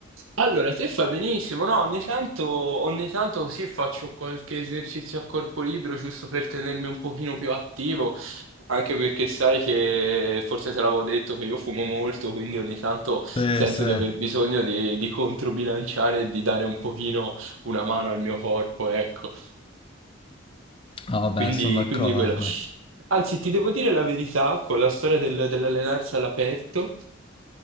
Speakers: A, on the right (about 90°); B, on the left (about 25°).
A: Allora, te fa benissimo, no? Ogni tanto, ogni tanto così faccio qualche esercizio a corpo libero giusto per tenermi un pochino più attivo, anche perché sai che forse te l'avevo detto che io fumo molto, quindi ogni tanto sento
B: Sì, sì.
A: di
B: Ah,
A: aver bisogno di, di controbilanciare e di dare un pochino una mano al mio corpo, ecco.
B: Vabbè,
A: Quindi,
B: sono d'accordo.
A: quindi quello. Anzi, ti devo dire la verità, con la storia del- dell'allenarsi all'aperto.